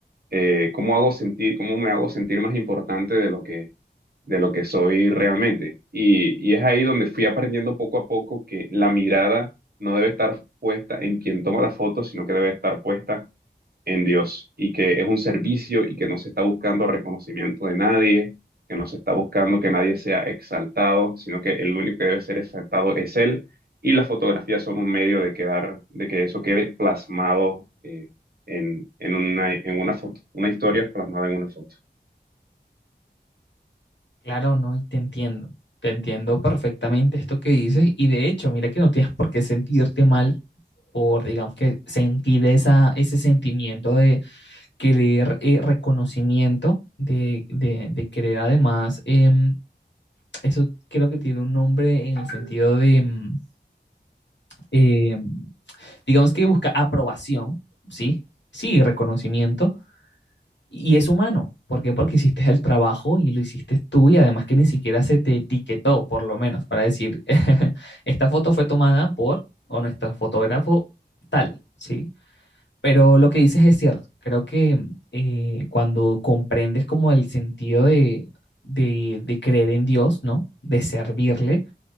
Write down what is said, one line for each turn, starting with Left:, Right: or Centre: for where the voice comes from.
Right: eh, cómo hago sentir, cómo me hago sentir más importante de lo que, de lo que soy realmente? Y, y es ahí donde fui aprendiendo poco a poco que la mirada no debe estar puesta en quien toma las fotos, sino que debe estar puesta en Dios y que es un servicio y que no se está buscando reconocimiento de nadie, que no se está buscando que nadie sea exaltado, sino que el único que debe ser exaltado es Él y las fotografías son un medio de quedar, de que eso quede plasmado eh, en, en una, en una foto, una historia plasmada en una foto.
Left: Claro, no, y te entiendo, te entiendo perfectamente esto que dices, y de hecho, mira que no tienes por qué sentirte mal por, digamos que, sentir esa, ese sentimiento de querer eh, reconocimiento, de, de, de, querer además, em, eso creo que tiene un nombre en el sentido de... em, eh, digamos que busca aprobación, ¿sí? Sí, reconocimiento, y es humano. ¿Por qué? Porque hiciste el trabajo y lo hiciste tú y además que ni siquiera se te etiquetó, por lo menos, para decir, <laughs> esta foto fue tomada por o nuestro fotógrafo tal, ¿sí? Pero lo que dices es cierto. Creo que eh, cuando comprendes como el sentido de, de, de creer en Dios, ¿no? De servirle,